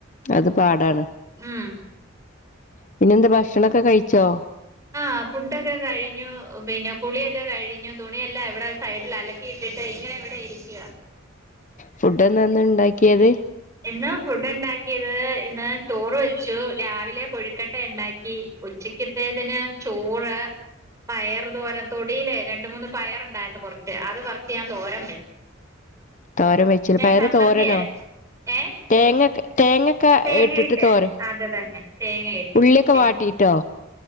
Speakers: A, on the left; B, on the right.
A: അത് പാടാണ്
B: ഉം
A: പിന്നെ എന്താ ഭക്ഷണൊക്കെ കയിച്ചോ?
B: അഹ് ഫുഡൊക്കെ കഴിഞ്ഞു പിന്നെ കുളിയൊക്കെ കഴിഞ്ഞു തുണിയെല്ലാം ഇവ്ടെ സൈഡിൽ അല ട്ടിട്ട് ഇങ്ങനെ ഇവ്ടെ ഇരിക്ക.
A: ഫുഡ് എന്താന്ന് ണ്ടാക്കിയത്?
B: ഇന്ന് ഫുഡ്ണ്ടാക്കിയത് ഇന്ന് ചോറ് വെച്ചു രാവിലെ കൊഴുക്കട്ടയ്ണ്ടാക്കി. ഉച്ചക്കൃത്തേതിന് ചോറ്. പയറ് തോരന് തൊടിയിലേ രണ്ട് മൂന്ന് പയറൊണ്ടാര്ന്നു കൊറ്ച്ച് അത് പറ്ച്ച് ഞാൻ തോരം വെ
A: തോരം വെച്ചിണ് പയറ്
B: ചമ്മന്തി
A: തോരനോ
B: അരച്ച് ഏഹ്
A: തേങ്ങക്കെ തേങ്ങ ക്ക
B: തേങ്ങയിട്ട്
A: ഇട്ടിട്ട് തോരന്
B: അത് തന്നെ തേങ്ങയിട്ടിട്ട്
A: ഉള്ളി ഒക്കെ
B: പിന്നെ
A: വാട്ടീട്ടോ?